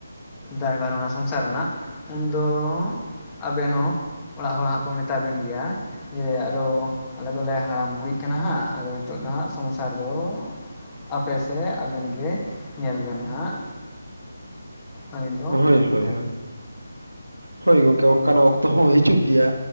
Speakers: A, on the left (about 15°); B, on the right (about 80°).
A: ᱫᱟᱭᱵᱷᱟᱨ ᱨᱮᱱᱟᱜ ᱥᱚᱝᱥᱟᱨ ᱨᱮᱱᱟᱜ ᱩᱱᱫᱚ ᱟᱵᱮᱱ ᱦᱚᱸ ᱚᱲᱟᱜ ᱦᱚᱲ ᱦᱟᱸᱜ ᱠᱚ ᱢᱮᱛᱟᱵᱮᱱ ᱜᱮᱭᱟ᱾ ᱡᱮ ᱟᱫᱚ ᱟᱞᱮ ᱫᱚᱞᱮ ᱦᱟᱲᱟᱢᱼ ᱵᱩᱲᱦᱤᱜ ᱠᱟᱱᱟ ᱦᱟᱸᱜ ᱟᱫᱚ ᱱᱤᱛᱚᱜ ᱫᱚ ᱦᱟᱸᱜ ᱥᱚᱝᱥᱟᱨ ᱫᱚ ᱦᱟᱯᱮ ᱥᱮ ᱟᱵᱮᱱ ᱜᱮ ᱧᱮᱞ ᱵᱮᱱ ᱦᱟᱸᱜ᱾ ᱟᱹᱞᱤᱧ ᱫᱚ
B: ᱦᱳᱭ
A: ᱚᱱᱠᱟ
B: ᱦᱳᱭ ᱦᱳᱭ ᱜᱚᱢᱠᱮ ᱚᱱᱠᱟᱱᱟᱜ ᱚᱠᱛᱚ ᱦᱚᱸ ᱦᱤᱡᱩᱜ ᱜᱮᱭᱟ᱾